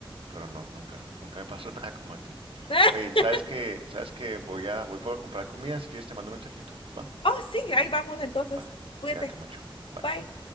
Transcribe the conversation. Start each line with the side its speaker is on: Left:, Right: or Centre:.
Right: pero no, nunca, nunca me pasó <laughs> nada como a ti.
Left: <laughs>
Right: Oye, ¿sabes que ¿Sabes que Voy a, voy por comprar comida, si quieres te mando un mensajito, ¿va?
Left: Oh, sí, ahí vamos entonces.
Right: Va,
Left: Cuídate.
Right: cuídate mucho, bye.
Left: Bye.